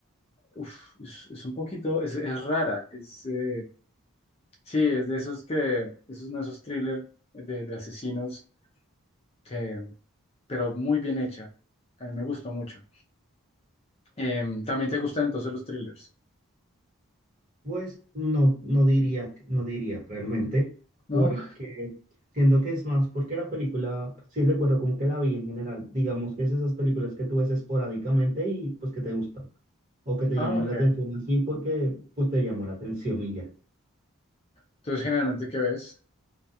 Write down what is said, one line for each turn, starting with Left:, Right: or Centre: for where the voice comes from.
Left: Uf, es, es un poquito, es, es rara. Es, eh, sí, es de esos que, es uno de esos thrillers de, de asesinos que, pero muy bien hecha. A mí me gustó mucho. Em, también te gustan entonces los thrillers,
Right: Pues no, no diría, que- no diría realmente,
Left: ¿no?
Right: porque siento que es más, porque la película, sí recuerdo como que la vi en general, digamos que es esas películas que tú ves esporádicamente y pues que te gustan o que te
Left: Ah,
Right: llaman
Left: ok.
Right: la atención así porque pues te llamó la atención y ya.
Left: Entonces, generalmente, ¿qué ves?